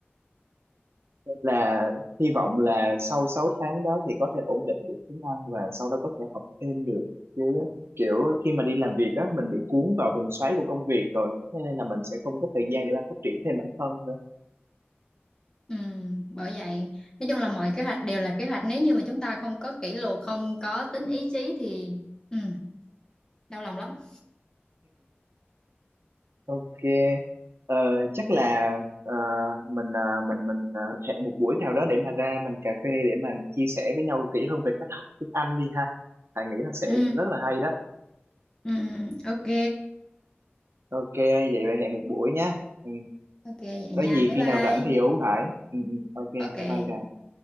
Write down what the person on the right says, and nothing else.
Nên là hy vọng là sau 6 tháng đó thì có thể ổn định được tiếng Anh và sau đó có thể học thêm được chứ kiểu khi mà đi làm việc á mình bị cuốn vào vòng xoáy của công việc rồi thế nên là mình sẽ không có thời gian để mà phát triển thêm bản thân nữa
ok ờ, chắc là ờ, mình ờ, mình mình ờ, hẹn một buổi nào đó để mà ra mình cà phê để mình chia sẻ với nhau kỹ hơn về cách học tiếng Anh đi ha Thà nghĩ là sẽ
rất là hay đó
ok vậy vậy hẹn một buổi nha Ừ.
có
gì
khi
nào rảnh thì hú Hải ừ, ừ, ok bye
bye Trà